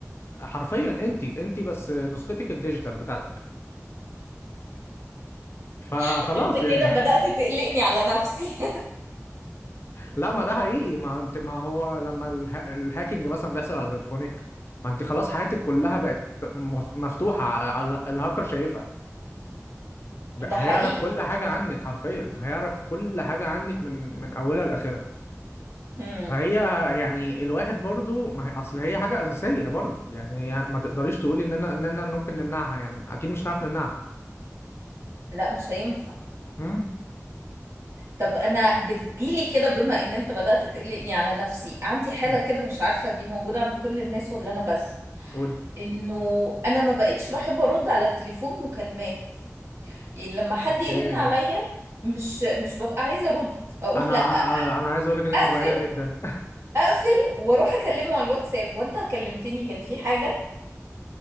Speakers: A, on the left; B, on the right.
A: حرفيا انت انت بس نسختك الديجيتال بتاعتك فخلاص
B: <laughs> أنت
A: يعني
B: كده
A: <laughs>
B: بدأت تقلقني على نفسي
A: لا ما ده حقيقي ما انت ما هو لما الها... الهاكينج مثلا بيحصل على تليفونك ما انت خلاص حياتك كلها بقت مف- مفتوحة على الهاكر شايفها ب-
B: <laughs> ده
A: هيعرف
B: حقيقي
A: كل حاجة عنك حرفيا هيعرف كل حاجة عنك من من أولها لآخرها
B: امم
A: فهي يعني الواحد برضو ما هي اصل هي حاجة أساسية برضو يعني هي ما تقدريش تقولي ان انا ان انا ممكن نمنعها يعني اكيد مش هنعرف نمنعها
B: لا مش هينفع
A: امم
B: طب أنا بتجيلي كده بما إن أنت بدأت تقلقني على نفسي عندي حالة
A: <laughs>
B: كده مش عارفة دي موجودة عند كل الناس ولا أنا بس
A: قولي
B: إنه أنا ما بقتش بحب أرد على التليفون مكالمات يعني لما حد
A: اوكي
B: يرن عليا
A: انا
B: مش مش ببقى عايزة أرد أقول
A: انا
B: لأ
A: أنا عايز اقول لك ان انت
B: أقفل
A: طبيعية جدا
B: أقفل وأروح أكلمه على الواتساب وأنت كلمتني كان في حاجة